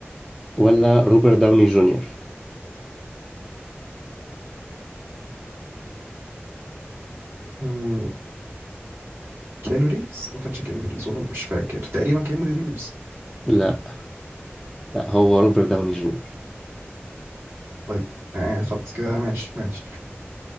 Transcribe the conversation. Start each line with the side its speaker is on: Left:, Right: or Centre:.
Centre: ولا روبرت داوني جونيور
Right: مم. كيانو ريفز ما كانش كيانو ريفز والله مش فاكر تقريبا كيانو ريفز
Centre: لا لا هو روبرت داوني جونيور
Right: طيب يعني خلاص كده ماشي ماشي